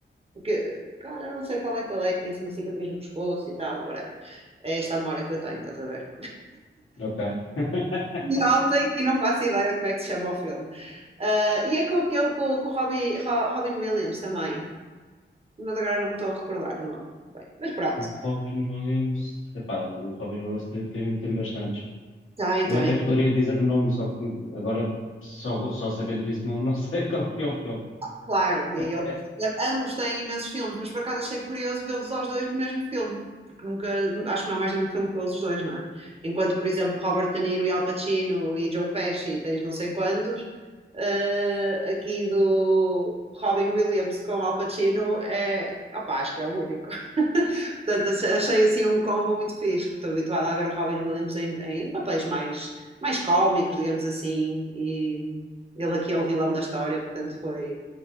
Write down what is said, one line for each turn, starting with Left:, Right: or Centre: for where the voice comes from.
Right: Porque, cara, eu não sei qual é que ele é, que tem assim uma cicatriz no pescoço e tal, whatever. É esta a memória que eu tenho, estás a ver?
Left: Ok. <laughs>
Right: E ontem, e não faço ideia como é que se chama o filme. Ah, e é com aquele, com, com o Robbie, Ro- Robin Williams também, mas agora não me estou a recordar o nome. Bem, mas pronto,
Left: O Robin Williams, epá, o Robin Williams tem, tem, tem bastantes.
Right: tem, tem,
Left: Eu até te poderia dizer o nome, só que agora, só, só sabendo isso, não, não <laughs> sei qual é que é o filme.
Right: Claro, e
Left: É-
Right: eles-
Left: é
Right: ambos têm imensos filmes, mas por acaso achei curioso vê-los aos dois no mesmo filme, porque nunca, acho que não há mais nenhum filme com eles os dois, não é? Enquanto, por exemplo, Robert De Niro e Al Pacino e Joe Pesci, tens não sei quantos, eh, aqui do Robin Williams com Al Pacino é, opá, acho que é o único. <laughs> Portanto, achei, achei, assim um combo muito fixe, que estou habituada a ver o Robin Williams em, em papéis mais, mais cómicos, digamos assim, e ele aqui é o vilão da história, portanto foi